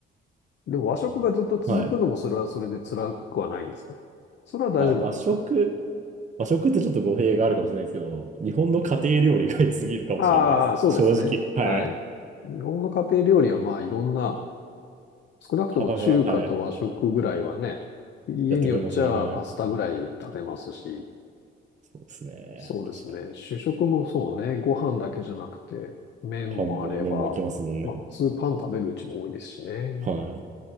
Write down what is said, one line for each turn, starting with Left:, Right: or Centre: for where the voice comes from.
Left: でも和食がずっと続くのもそれはそれで辛くはないんですかそれは大丈夫なんですか
Right: あはい。あ、和食。和食ってちょっと語弊があるかもしれないですけど、日本の家庭料理が良すぎるかもしれないです。
Left: ああ、そうですね。
Right: 正直。はい。
Left: はい。日本の家庭料理はまあいろんな、少なくとも中華と和食ぐらいはね、
Right: 幅が、はい。
Left: 家によっちゃパスタぐらい食べますし、
Right: やってくれますもんね。はい。そうですね。
Left: そうですね。
Right: 確かに。
Left: 主食もそうね。ご飯だけじゃなくて、麺もあれば、
Right: パンも麺もいけますもんね。
Left: まあ普通パン食べるうちも多いですしね。
Right: はい。